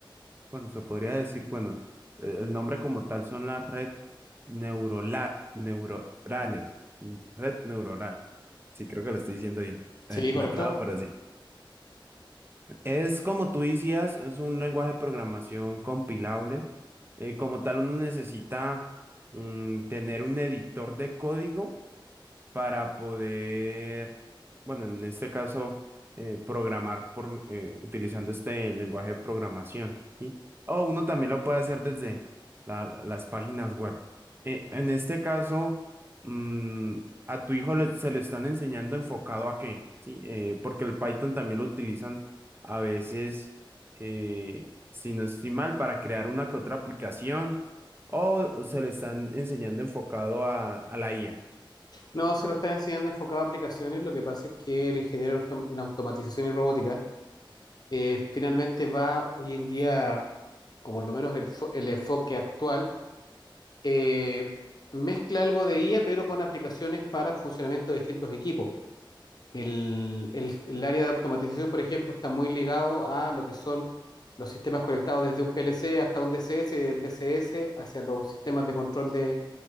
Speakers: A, on the right; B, on the left.
A: bueno, se podría decir, bueno, eh, el nombre como tal son las red neurola, neuronales, mm, red neuronal. Sí, creo que lo estoy diciendo bien. Eh,
B: Sí,
A: me
B: correcto.
A: trago, pero sí. Es como tú decías, es un lenguaje de programación compilable. Eh, como tal, uno necesita mm, tener un editor de código para poder, bueno, en este caso, eh, programar por, eh, utilizando este lenguaje de programación, ¿sí? O uno también lo puede hacer desde la- las páginas web. Eh, en este caso, mm, a tu hijo le- se le están enseñando enfocado a qué, ¿sí? Eh, porque el Python también lo utilizan a veces, eh, si no estoy mal, para crear una que otra aplicación, o se le están enseñando enfocado a, a la IA.
B: No, se lo está enseñando enfocado a aplicaciones. Lo que pasa es que el ingeniero autom- en automatización y robótica eh, finalmente va hoy en día, o por lo menos el, fo- el enfoque actual, eh, mezcla algo de IA, pero con aplicaciones para funcionamiento de distintos equipos. El, el- el área de automatización, por ejemplo, está muy ligado a lo que son los sistemas conectados desde un PLC hasta un DCS y del DCS hacia los sistemas de control de,